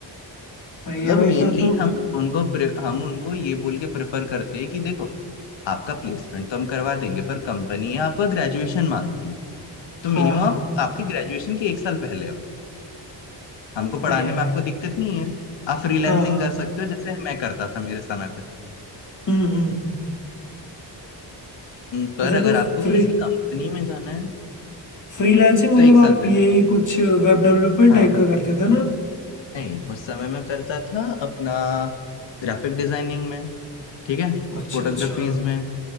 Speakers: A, on the left; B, on the left.
A: सही
B: मतलब
A: है भाई
B: अच्छा मेनली
A: फिर तो
B: हम उनको प्रे- हम उनको ये बोल के प्रेफर करते हैं कि देखो आपका प्लेसमेंट तो हम करवा देंगे पर कंपनी आपका ग्रेजुएशन मांगती है तो मिनिमम
A: हाँ हाँ
B: आप आपके ग्रेजुएशन के एक साल पहले आओ हमको पढ़ाने
A: सही है
B: में
A: भाई
B: आपको दिक्कत नहीं है आप फ्रीलैंसिंग
A: हाँ हाँ
B: कर सकते हो जैसे मैं करता था मेरे समय पे
A: हम्म हम्म हम्म।
B: हम्म, पर
A: अच्छा
B: अगर
A: तो
B: आपको
A: फ्री
B: किसी कंपनी में जाना है
A: फ्रीलांसिंग मतलब
B: तो एक
A: आप
B: साल पहले
A: यही कुछ वेब डेवलपमेंट
B: हाँ
A: टाइप का करते थे ना
B: नहीं उस समय मैं करता था अपना ग्राफिक डिजाइनिंग में ठीक है
A: अच्छा
B: फोटोग्राफीज
A: अच्छा
B: में